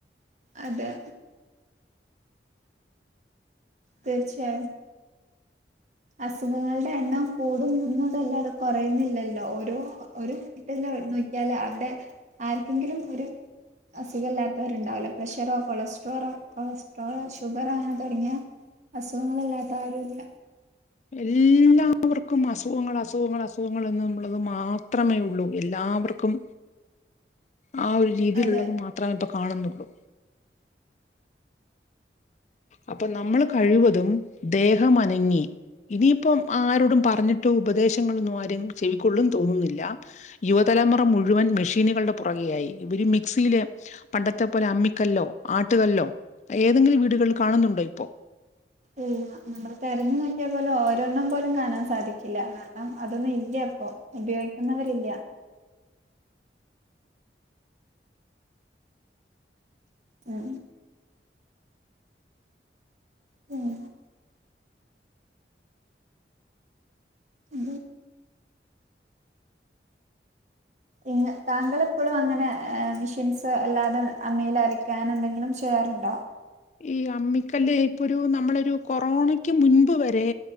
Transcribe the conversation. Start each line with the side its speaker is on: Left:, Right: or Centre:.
Right: അതെ. തീർച്ചയായും അസുഖങ്ങളുടെ എണ്ണം കൂടുന്നതല്ലാത കുറയുന്നില്ലല്ലോ ഓരോട്ട നോക്കിയാല് അവിടെ ആർക്കെങ്കിലും ഒരു- അസുഖമല്ലാത്തവരുണ്ടാവില്ല പ്രഷറോ കൊളസ്ട്രോളോ കൊളസ്ട്രോൾോ ഷുഗർോ അങ്ങനെ തുടങ്ങിയ അസുഖങ്ങളല്ലാത്ത ആരുും ഇല്ല
Left: എല്ലാവർക്കും അസുഖങ്ങൾ അസുഖങ്ങൾ അസുഖങ്ങൾ എന്ന നുള്ളത് മാത്രമേ ഉള്ളൂ എല്ലാ- എല്ലാവർക്കും ആ ഒരു രീതിയിലുള്ളത്
Right: അതെ
Left: മാത്രമേ ഇപ്പ കാണുന്നുള്ളൂ അപ്പൊ നമ്മൾ കഴിവതും ദേഹമനങ്ങി- ഇനിയിപ്പം ആരോടും പറഞ്ഞിട്ട് ഉപദേശങ്ങളൊന്നും ആര ചെവിക്കൊള്ളും തോന്നുന്നില്ല യുവത- തലമുറം മുഴുവൻ മെഷീനുകളുടെ പുറകെയായി ഇ മിക്സിെ പണ്ടത്തെ പോലെ അമ്മിക്കല്ലോ ആട്ട- ല്ലോ ഏതെങ്കിലും വീടുകിൽ കാണുന്നുണ്ടോ ഇപ്പോ
Right: ഇല്ല നമ്മള് തതിരഞ്ഞു നോക്കിയ അതുപോലെ ഓരോണ്ണം പോലും കാണാൻ സാധിക്കില്ല കാരണം അതൊന്നും ഇല്ല അപ്പോൊ ഉപയോഗിക്കുന്നവരില്ല ഉം ഉഹ ഉ എങ്ങ താങ്കൾെപ്പോഴും അങ്ങനെ മെഷീൻസ് അല്ലാതെ അമ്മൽ അരക്കാൻ എന്തെങ്കിലും ചെയ്യാറുണ്ടോ
Left: ഈ അമ്മിക്കല് ഇപ്പൊ ഒരു നമ്മളൊരു കൊറോണക്ക് മുൻപ് വരെ